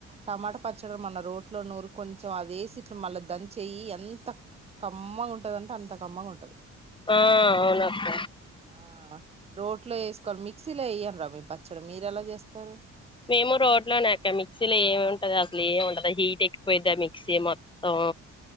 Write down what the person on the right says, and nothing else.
టమాటా పచ్చడి మన రోట్లో నూరు కొంచెం అదేసి మళ్ళా దంచేయి ఎంత కమ్మగా ఉంటదంటే అంత కమ్మగా ఉంటది
ఆ రోట్లో మిక్సీలో ఏయారా మీ పచ్చడి మీరు ఎలా చేస్తారు